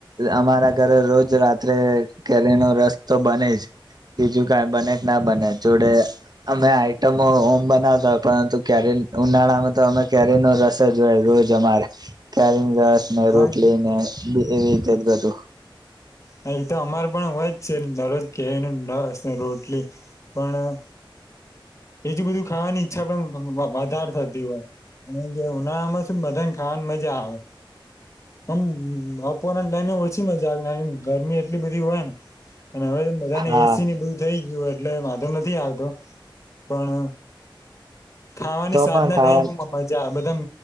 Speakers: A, on the right; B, on the left.
A: અમારા ઘરે રોજ રાત્રે કેરીનોો રસ તો બને જ બીજું કઈ બને કે ના બને જોડે અમે આઈટમો ઓમ બનાવતા હોય, પરંતુ કેરી ઉનાળામાં તો અમે ક્યારે નો રસ જો રોજ અમારે ક્યારે ને
B: હા
A: રોટલી ને એવી રીતે જ બધું
B: હ એ તો અમારે પણ હોય જ છે, દરરોજ ક નાસ રોટલી પણ એજ બધું ખાવાની ઈચ્છા પણ વધારે થતી હોય, અને જે ઉનાળામાં શ બધાને ખાવાની મજા આવે આમ આપવાના ટાઈમે ઓછી મજા આવે ગરમી એટલી બધી હોય ને, અને હવે બધાને
A: હા
B: એસી ને બધું થઈ ગયું. એટલે વાંધો નથી આવતો. પણ ખાવાની
A: તો
B: સાધના
A: પણ ખાવા
B: રહે, હું મજાધ એકમ